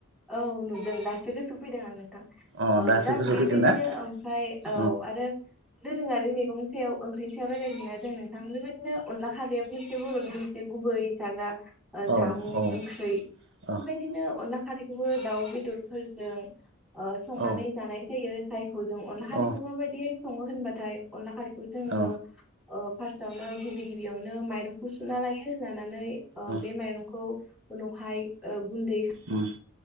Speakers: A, in the centre; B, on the right.
A: औ नुदों दासो गोसो फैदों आं नोंथां
B: अ
A: ओ
B: दासो
A: दा
B: गोसोआव
A: बेबायदिनो
B: फैदों ना
A: ओमफ्राय
B: अ
A: औ आरो दोरोङारि मैगंनि सायाव ओंख्रिनि सायाव रायलायदोंना जों नोंथां बेबायदिनो अनला खारैआबो मोनसे बरनि मोनसे गुबै जाग्रा जामुं
B: औ औ
A: ओंख्रि
B: औ
A: बेबायदिनो अनला खारै दाउ बेदरफोरजों ओ संनानै
B: औ
A: जानाय जायो जायखौ जों अनला हारिखौ
B: औ
A: माबायदि संङो होनबाथाय अनला खारै जोंङो
B: औ
A: ओ फासआवनो गिबि गिबियाव नो माइरंखौ सुना लायो लानानै ओ
B: औ
A: बे माइरंखौ उनावहाय औ। गुन्दै
B: उम